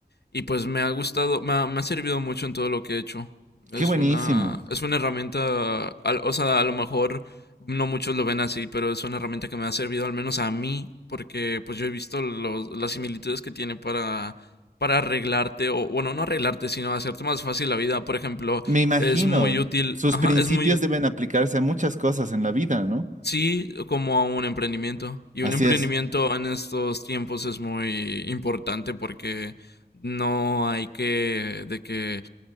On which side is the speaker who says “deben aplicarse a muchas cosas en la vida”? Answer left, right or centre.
Right